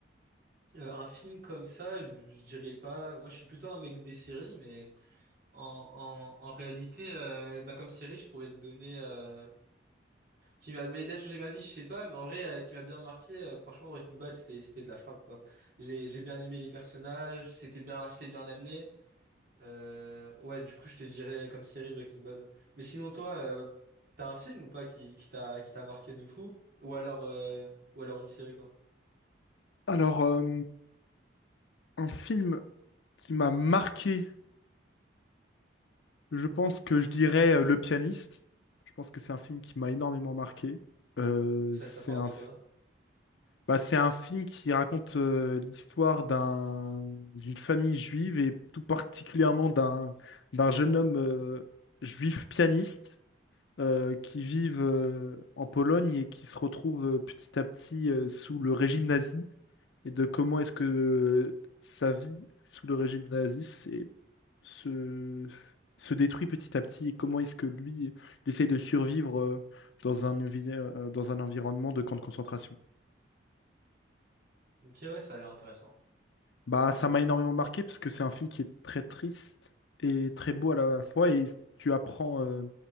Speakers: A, on the right; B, on the left.
A: Euh, un film comme ça, je je dirais pas. Moi, je suis plutôt un mec des séries, mais en, en, en réalité, euh, bah, comme série, je pourrais te donner euh, qui m'a aidé à changer ma vie, je sais pas, mais en vrai, euh, qui m'a bien marqué. euh, franchement, Breaking Bad, c'était c'était de la frappe quoi. J'ai j'ai bien aimé les personnages, c'était bien c'était bien amené. Euh, ouais, du coup, je te dirais comme série Breaking Bad. Mais sinon, toi, euh, t'as un film ou pas qui qui t'a qui t'a marqué de fou? Ou alors euh, ou alors une série quoi?
B: Alors, euh, un film qui m'a marqué, je pense que je dirais euh, Le Pianiste. Je pense que c'est un film qui m'a énormément marqué. Euh,
A: Ça
B: c'est
A: ça parle
B: un,
A: de quoi?
B: Bah, c'est un film qui raconte euh, l'histoire d'un d'une famille juive et tout particulièrement d'un d'un jeune homme euh, juif pianiste euh, qui vit en Pologne et qui se retrouve euh, petit à petit euh, sous le régime nazi et de comment est-ce que euh, sa vie sous le régime nazi s'est- se se détruit petit à petit et comment est-ce que lui il essaye de survivre euh, dans un, envi- euh, dans un environnement de camp de concentration.
A: Ok, ouais, ça a l'air intéressant.
B: Bah, ça m'a énormément marqué parce que c'est un film qui est très triste et très beau à la fois et tu apprends euh,